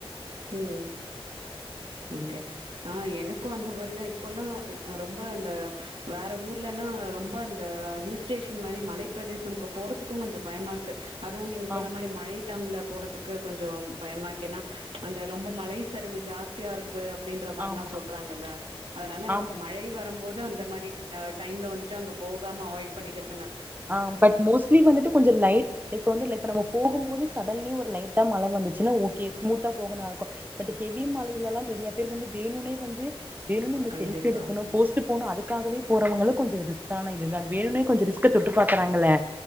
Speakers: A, on the right; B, on the right.
A: ம் ஓகே
B: ம்
A: ஆஹ் எனக்கும் அந்த இதுமாறிதான் இப்ப எல்லாம் ரொம்ப அந்த வேற ஊர்ல எல்லாம் ரொம்ப அந்த ஹில் ஸ்டேஷன் மாதிரி மலைப்ப பிரதேசம்க்கு போறதுக்கும் கொஞ்சம் பயமா இருக்கு அதுவும் நீங்க சொன்ன
B: ஆம்
A: மாரி மழை டம்ல போறதுக்கு கொஞ்சோ பயமாருக்கு ஏன்னா அந்த ரொம்ப மலை சரிவு ஜாஸ்தியாருக் கு அப்டின்ற மாரில்லா
B: ஆமா
A: சொல்றாங்கல்ல அதுனால
B: ஆமா
A: மழை வரும்போ து அந்த மாரி அ டைம்ல வந்துட்டு அங்க போகாம அவாய்ட் பண்ணிக்கற
B: ஆஹ் பட் மோஸ்ட்லி வந்துட்டு கொஞ்ச லைட் இப்ப வந்து ல இப்ப நம்ம போகும்போது பகல்லயு ஒரு லைட்டா மழ வந்துச் சுனா ஓகே ஸ்மூத்தா போக நல்லார்க்கு பட் ஹெவி மழைலல்லா நெறய பேர் வந்து வேணுனே வந்து வேணு நம்ம
A: கண்டிப்பா.
B: செல்ஃபி எடுக்கணு போஸ் போனு அதுக்காகவே போறவங்களுக் கொஞ்சோ ரிஸ்க்கான இது தா வேணுனே கொஞ்ச க்க தொட்டு பாக்கறாங்கல்ல